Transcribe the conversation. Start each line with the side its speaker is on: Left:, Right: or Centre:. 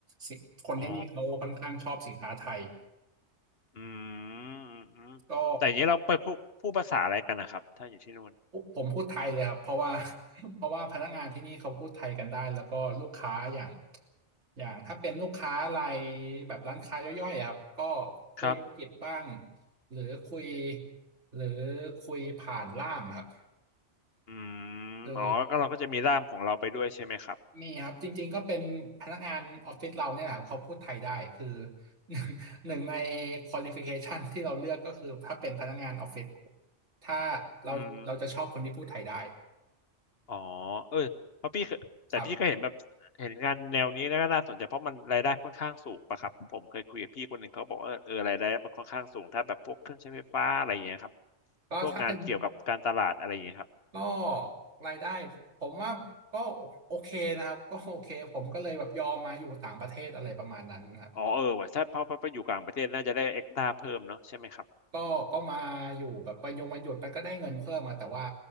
Right: สิคนที่นี่เขาค่อนข้างชอบสินค้าไทย
Left: อ๋ออืมอืมอืมแต่อย่างนี้เราไปพูดพูดภาษาอะไรกันนะครับถ้าอยู่ที่นู่น
Right: ก็ ผมพูดไทยเลยครับเพราะว่า <laughs> เพราะว่าพนักงานที่นี่เขาพูดไทยกันได้แล้วก็ลูกค้าอย่างอย่างถ้าเป็นลูกค้ารายแบบร้านค้าย่อยๆอะครับก็คุยอังกฤษบ้าง
Left: ครับ
Right: หรือคุยหรือคุยผ่านล่ามครับ
Left: อืมอ๋อก็เราก็จะมีร่ามของเราไปด้วยใช่ไหมครับ
Right: คือมีครับจริงๆก็เป็นพนักงานออฟฟิศเราเนี่ยนะครับเขาพูดไทยได้คือ <laughs> หนึ่งหนึ่งในควอลิฟิเคชันที่เราเลือกก็คือถ้าเป็นพนักงานออฟฟิศถ้าเราเราจะชอบคนที่พูดไทยได้
Left: อืมอ๋อเออเพราะพี่เคยแต่พี่ก็เห็นแบบเห็นงานแนวนี้แล้วก็น่าสนใจเพราะมันรายได้ค่อนข้างสูงปะครับผมเคยคุยกับพี่คนหนึ่งเขาบอกว่าเออเออรายได้มันค่อนข้างสูงถ้าแบบพวกเครื่องใช้ไฟฟ้าอะไรอย่างเงี้ยครับ
Right: ครับก็ถ้าเป็น
Left: พวกงานเกี่ยวกับการตลาดอะไรอย่างเงี้ยครับ
Right: ก็รายได้ผมว่าก็โอเคนะครับก็โอเคผมก็เลยแบบยอมมาอยู่ต่างประเทศอะไรประมาณนั้นนะครับ
Left: อ๋อเออว่ะถ้าเพราะเพราะไปอยู่กลางประเทศน่าจะได้เอ็กตาเพิ่มเนาะใช่ไหมครับ
Right: ก็ก็มาอยู่แบบไปยงมาหยุดไปก็ได้เงินเพิ่มมาแต่ว่า